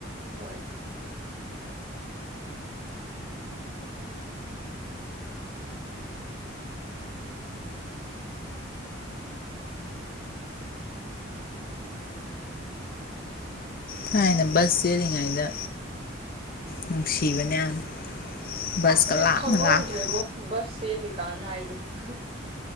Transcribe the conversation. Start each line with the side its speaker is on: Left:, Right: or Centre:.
Right: ꯍꯣꯏ
Left: ꯊꯥꯏꯅ ꯕꯁ ꯆꯦꯜꯂꯤꯉꯩꯗ ꯅꯨꯡꯁꯤꯕꯅꯦ ꯌꯥꯝ ꯕꯁꯀ
Right: ꯑꯈꯣꯏꯅ
Left: ꯂꯥꯞꯅ
Right: ꯈꯪꯍꯧꯗ꯭ꯔꯦꯕꯣ
Left: ꯂꯥꯞꯅ
Right: ꯕꯁ ꯆꯦꯜꯂꯤ ꯀꯥꯟ ꯅꯥꯏꯖꯦ ꯑꯍꯥ-ꯍꯥ <inaudible>